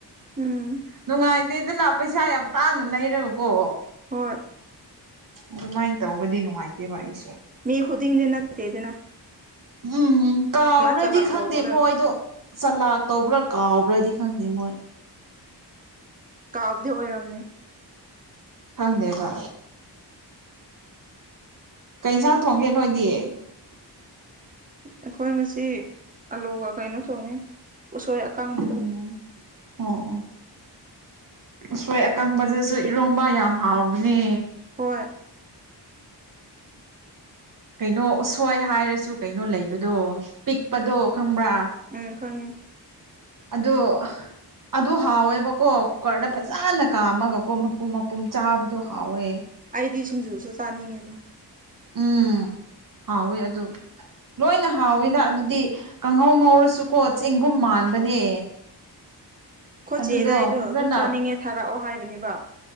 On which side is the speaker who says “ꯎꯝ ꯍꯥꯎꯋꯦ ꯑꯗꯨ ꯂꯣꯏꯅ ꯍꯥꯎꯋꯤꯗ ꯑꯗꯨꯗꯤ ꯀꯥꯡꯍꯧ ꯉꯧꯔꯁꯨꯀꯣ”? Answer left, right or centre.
Right